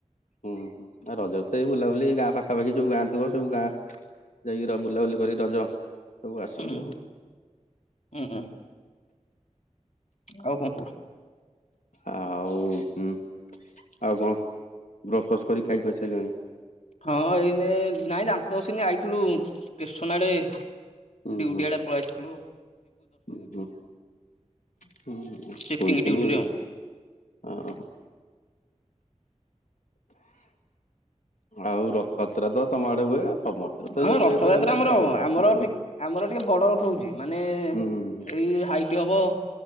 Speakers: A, on the left; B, on the left.
A: ହୁଁ ହୁଁ, ରଜରେ ତ ଏଇ ବୁଲାବୁଲି ଗାଁ ପାଖାପାଖି ଯୋଉ ଗାଁ ଥିବ ସବୁ ଗାଁ ଯାଇକି ବୁଲାବୁଲି କରି ରଜ ସବୁ ଆସନ୍ତି
B: ହୁଁ -ହୁଁ-ହୁଁ
A: ଆଉ
B: ହୁଁ ଆଉ କଣ କହ?
A: ଆଉ ହୁଁ। ଆଉ କଣ ବ୍ରସ ଫ୍ରସ କରି ଖାଇଖୁଆ ସାରିଲଣି?
B: ହଁ ଏଇନେ ନାଇଁ ଦାନ୍ତ ଘଷିନି ଆଇଥିଲୁ ଷ୍ଟେସନ ଆଡେ
A: ହୁଁ
B: ଡ୍ୟୁଟି
A: ହୁଁ
B: ଆଡେ। କୁଆଡେ ଯାଇଥିଲୁ?
A: ହୁଁ ହୁଁ ହୁଁ
B: ଚେକିଂ
A: ଶୁଇଥିନି
B: ଡ୍ୟୁଟିରେ ଆଉ।
A: ହଁ। ଆଉ ରଥଯାତ୍ରା ତ ତମ ଆଡେ ହୁଏ ସମସ୍ତେ ତ
B: ହଁ
A: ଏବେ
B: ରଥଯାତ୍ରା
A: ଏବେ ହେଲାଣି
B: ଆମର
A: ହଁ
B: ଆମର
A: ଆପୁ
B: ଟିକେ ଆମର ଟିକେ ବଡ ରଥ ହଉଛି ମାନେ
A: ହୁଁ ହୁଁ
B: ଏଇ ହାଇଟ ହବ